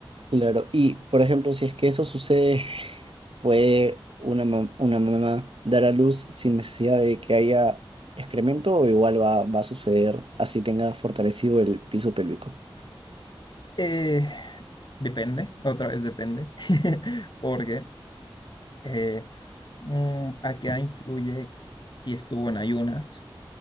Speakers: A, on the right (about 70°); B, on the left (about 55°).
A: Claro, y por ejemplo, si es que eso sucede, <laughs> ¿puede una, mam- una mamá dar a luz sin necesidad de que haya excremento o igual va, va a suceder así tenga fortalecido el piso pélvico?
B: Eh, depende, otra vez depende, <laughs> porque eh, mm, a qué influye si estuvo en ayunas